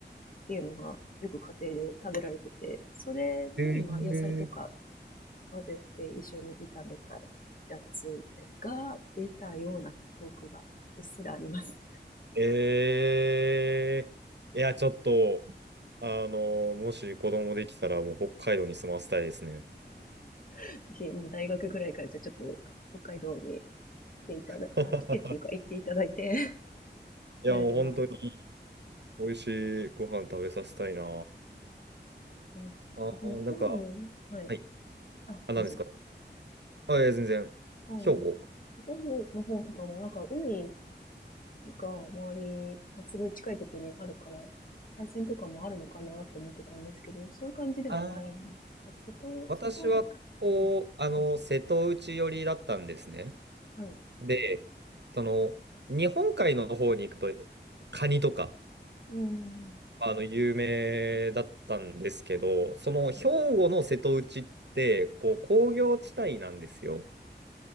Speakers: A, on the left; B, on the right.
A: ていうのがよく家庭で食べられてて、それに、
B: えー、
A: まあ、野菜とか混ぜて一緒に炒めたやつが出たような記憶がうっすらあります。
B: えー、いや、ちょっと、あのもし子供できたら、もう北海道に住まわせたいですね。
A: <laughs> ひ、もうん <laughs> 大学ぐらいからじゃあちょっと北海道に来ていただ、
B: <laughs>
A: あ、来てっていうか行っていただいて、<laughs>
B: いや、
A: 慣れてもらって、
B: もう本当に美味しいご飯食べさせたいな。
A: いますえでも兵庫も、
B: あー、なんか、
A: はい。
B: はい。
A: あ、
B: あ、
A: どうぞ。
B: 何ですかあ、いや、全然。
A: あはい兵庫の方とかも、
B: 兵庫。
A: なんか海が周りに、すごい近いところにあるから、海鮮とかもあるのかなって思ってたんですけど、そういう感じではないんですかなんか瀬戸、
B: あー、私は、
A: 瀬戸内海はい。
B: こう、あの、瀬戸内寄りだったんですね。
A: はい。
B: で、その、日本海の方に行くと、カニとか、
A: うん。
B: あの、有名だったんですけど、その、兵庫の瀬戸内って、
A: はい。
B: こう、工業地帯なんですよ。